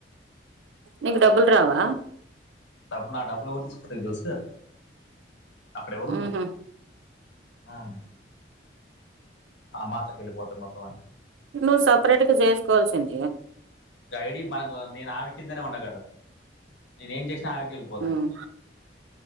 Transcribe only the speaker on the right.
నీకు డబ్బులు రావా
ఉహు
నువ్వు సపరేట్ గా చేసుకోవాల్సింది
ఉమ్